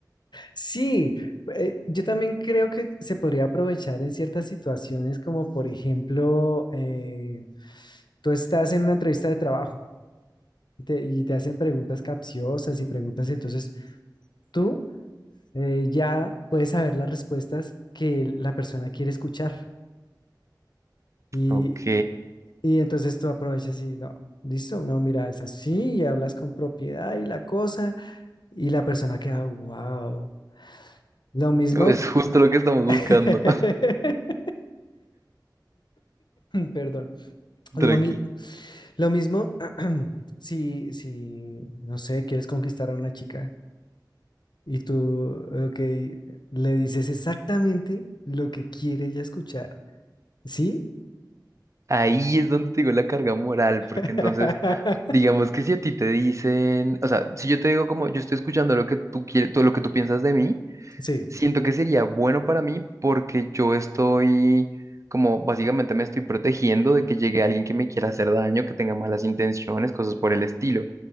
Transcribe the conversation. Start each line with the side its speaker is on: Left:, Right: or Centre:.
Left: Sí, eh, yo también creo que se podría aprovechar en ciertas situaciones, como por ejemplo, eh, tú estás en una entrevista de trabajo y te, y te hacen preguntas capciosas y preguntas, entonces tú eh, ya puedes saber las respuestas que la persona quiere escuchar. Y,
Right: Ok,
Left: y entonces tú aprovechas y no, listo, no, mira, es así, y hablas con propiedad y la cosa, y la persona queda, wow. Lo mismo,
Right: es justo lo que estamos buscando.
Left: <laughs> perdón.
Right: <laughs>
Left: Lo,
Right: Tranqui.
Left: mi- lo mismo, <clears throat> si, si, no sé, quieres conquistar a una chica y tú, ok, le dices exactamente lo que quiere ella escuchar, ¿sí?
Right: Ahí es donde te digo la carga moral,
Left: <laughs>
Right: porque entonces, digamos que si a ti te dicen, o sea, si yo te digo como yo estoy escuchando lo que tú quieres, todo lo que tú piensas de mí,
Left: Sí,
Right: siento que sería bueno para mí porque yo estoy como básicamente me estoy protegiendo de que llegue alguien que me quiera hacer daño, que tenga malas intenciones, cosas por el estilo.